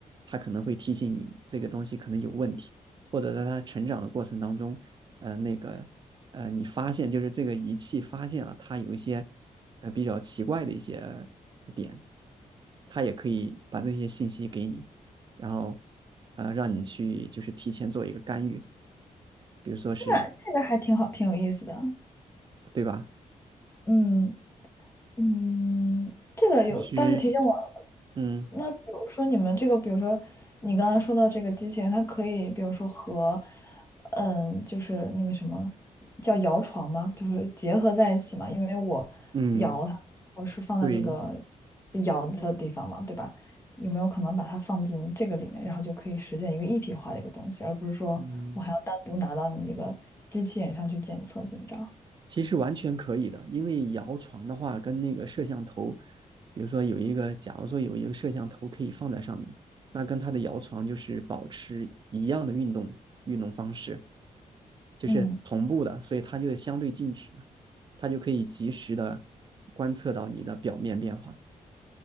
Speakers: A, on the right; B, on the left.
A: 他可能会提醒你这个东西可能有问题，或者在他成长的过程当中，呃，那个呃，你发现就是这个仪器发现了它有一些呃比较奇怪的一些点，它也可以把这些信息给你，然后呃让你去就是提前做一个干预，比如说是
B: 那这个还挺好，挺有意思的。
A: 对吧？
B: 嗯。嗯，这个有倒是提醒我了。
A: 必须，嗯
B: 那比如说你们这个，比如说你刚刚说到这个机器人，它可以比如说和，嗯，就是那个什么叫摇床吗？就是结合在一起嘛。因为我摇它我是放在这个
A: 嗯，对，
B: 摇的地方嘛，对吧？有没有可能把它放进这个里面，然后就可以实现一个一体化的一个东西，而不是说我还要单独拿到你这个机器人上去检测，
A: 嗯。
B: 怎么着？
A: 其实完全可以的，因为摇床的话，跟那个摄像头，比如说有一个，假如说有一个摄像头可以放在上面，那跟它的摇床就是保持一样的运动运动方式，就是同步的，
B: 嗯，
A: 所以它就相对静止嘛，它就可以及时的观测到你的表面变化。